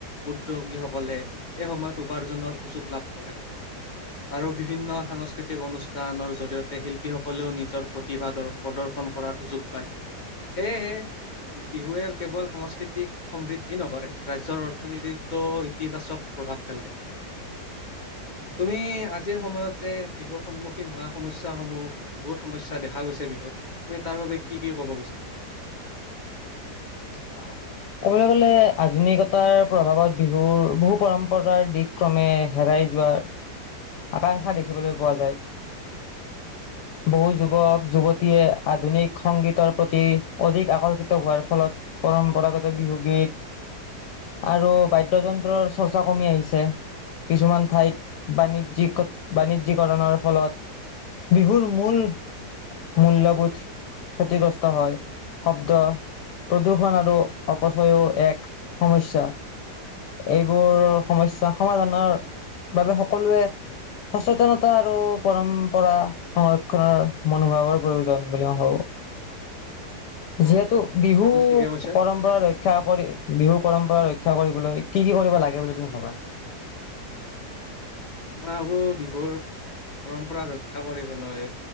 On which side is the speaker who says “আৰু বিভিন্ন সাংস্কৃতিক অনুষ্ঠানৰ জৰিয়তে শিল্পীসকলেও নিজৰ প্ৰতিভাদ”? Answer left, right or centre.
Left